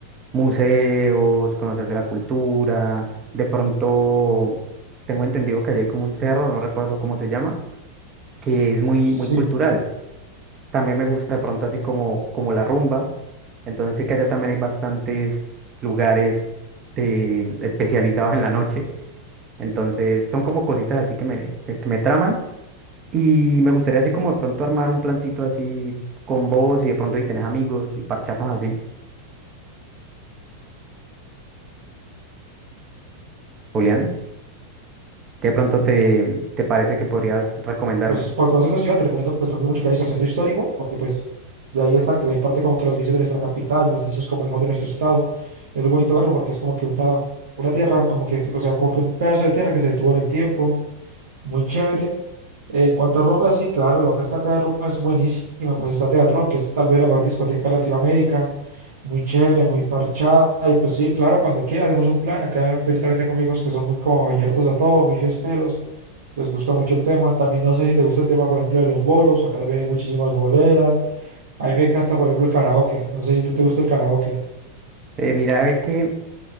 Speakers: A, on the right; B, on the right.
A: museos, conocer de la cultura, de pronto tengo entendido que allá hay como un cerro, no recuerdo cómo se llama, que es muy,
B: Sí.
A: muy cultural. También me gusta de pronto así como, como la rumba. Entonces sé que allá también hay bastantes lugares eh, especializados en la noche. Entonces son como cositas así que me, que, que me traman. Y me gustaría así como de pronto armar un plancito así con vos y de pronto si tenés amigos y parcharnos así. Julián, ¿qué de pronto te, te parece que podrías recomendarme?
B: pues por conocer la ciudad te recomiendo pues por ejemplo, mucho que vayas al centro histórico, porque pues de ahí exacto, de ahí parte como que los inicios de nuestra capital, los inicios como digamos de nuestro estado, es muy bonito verlo porque es como que una, una tierra, como que, o sea, como que un pedazo de tierra que se detuvo en el tiempo muy chévere. Eh, En cuanto a rumba, sí, claro, la oferta acá de rumba es buenísima. Pues está Teatrón, que es tal vez la mejor discoteca de Latinoamérica. Muy chévere, muy parchada. Y pues sí, claro, cuando quiera hacemos un plan. Acá pues yo también tengo amigos que son muy como abiertos a todo, muy fiesteros. Les gusta mucho el tema. También no sé si te gusta el tema, por ejemplo, de los bolos. Acá también hay muchísimas boleras. A mí me encanta, por ejemplo, el karaoke. No sé si te, te gusta el karaoke.
A: Eh, mira, ve que